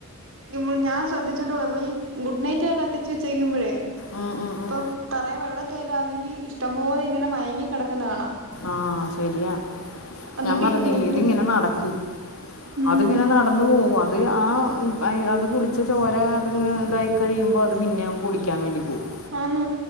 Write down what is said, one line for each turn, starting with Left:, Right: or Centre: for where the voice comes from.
Right: ഇ ഞാൻ ശ്രദ്ധിച്ചിട്ടളൂ നമ്മള് ഈ ഗുഡ് നൈറ്റ് കെ കത്തിച്ച് വെച്ചേക്കുമ്പോഴേ
Left: ഉം, ഉം,
Right: ഇപ്പം
Left: ഉം.
Right: തറയിൽ വെള്ളംറ്റൈയിലാ ആണെങ്കിൽ ഇഷ്ടംപോലെ ഇങ്ങനെ മയങ്ങി കിടക്കുന്ന കാണാം.
Left: ആഹ ശരിയാ
Right: എന്നിട്ട്
Left: ഞാൻ പറഞ്ഞില്ലേ
Right: ഈ ഗുഡ് നൈറ്റ്
Left: ഇതിങ്ങനെ നടക്കും.
Right: ഉം
Left: അത്ങ്ങനെ നട ന്ന് പോകും അത് ആ അത് കുടിച്ച ചോര അത് ഇതായി കഴിയുമ്പോൾ അത് പിന്നെയും കുടിക്കാൻ വേണ്ടി പോകവും.
Right: അന്ന്.